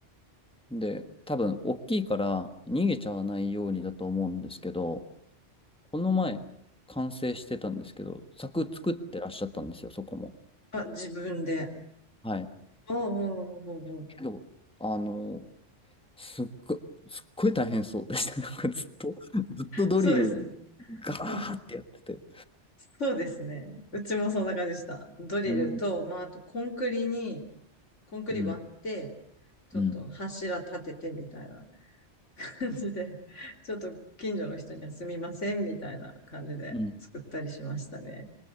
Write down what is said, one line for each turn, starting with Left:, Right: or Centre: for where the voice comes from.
Centre: で、多分、大きいから逃げちゃわないようにだと思うんですけど、この前、完成してたんですけど、柵作ってらっしゃったんですよ、そこも。
Left: あ、自分で。
Centre: はい。
Left: おうおうおうおうおう
Centre: けど、あの、すっご、すっごい大変そうでした。<laughs> なんかずっと、ずっとドリル
Left: そうですね。
Centre: ガーってやってて。
Left: うんそうですね。うちもそんな感じでした。ドリルと、
Centre: うん、
Left: まあ、あとコンクリに、コンクリ割って、
Centre: うん、
Left: ちょっと柱立ててみたいな
Centre: うん。
Left: 感じで、ちょっと近所の人にはすみませんみたいな感じで作ったりしましたね。
Centre: うん。